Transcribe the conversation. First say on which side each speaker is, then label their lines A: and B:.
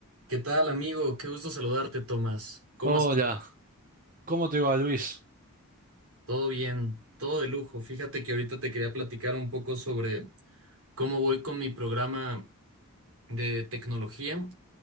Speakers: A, on the right; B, on the right.
A: ¿Qué tal, amigo? Qué gusto saludarte, Tomás. ¿Cómo
B: Hola,
A: estás?
B: ¿cómo te va, Luis?
A: Todo bien, todo de lujo. Fíjate que ahorita te quería platicar un poco sobre cómo voy con mi programa de tecnología.